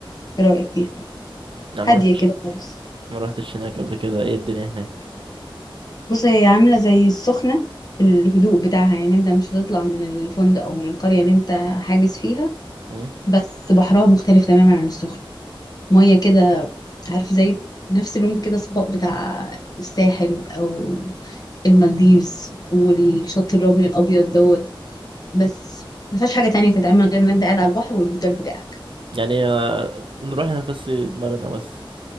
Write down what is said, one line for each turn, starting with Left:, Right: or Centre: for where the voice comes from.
Left: ايه رايك فيها
Right: انا ما
Left: هاديه
Right: رحتش
Left: كده خالص
Right: ما رحتش هناك قبل كده ايه الدنيا هناك
Left: بص هي عامله زي السخنه في الهدوء بتاعها يعني انت مش هتطلع من الفندق او من القريه اللي انت حاجز فيها
Right: مم؟
Left: بس بحرها مختلف تماما عن السخنه ميه كده عارف زي نفس اللون كده صفاء بتاع الساحل او المالديفز والشط الرملي الابيض دوت بس ما فيهاش حاجة تانية تتعمل غير ان انت قاعد على البحر والهوتيل بتاعك
Right: يعني آه، نروح نفسي دماغنا بس